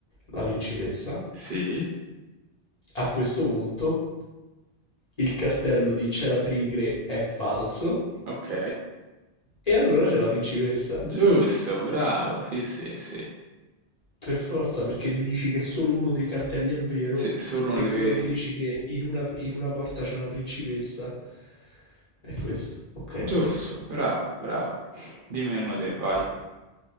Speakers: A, on the left; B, on the right.
A: la principessa.
B: sì,
A: A questo punto il cartello di c'è la tigre è falso
B: ok,
A: e allora c'è la principessa.
B: giusto, bravo, sì, sì, sì,
A: Per forza, perché mi dici che solo uno dei cartelli è vero,
B: sì, solo
A: se
B: uno deve...
A: quello mi dici che in una, in una porta c'è una principessa, è questo. Ok,
B: giusto,
A: ci sto.
B: bravo, bravo, dimmi uno dei, vai,
A: Dai.